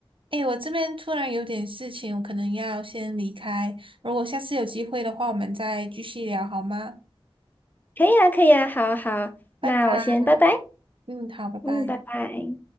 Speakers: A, on the right (about 60°); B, on the left (about 20°).
A: 诶，我这边突然有点事情，我可能要先离开。如果下次有机会的话，我们再继续聊好吗？
B: 可以啊，可以啊，好好，
A: 拜拜。
B: 那我先拜拜，
A: 嗯，好，拜拜。
B: 嗯，拜拜。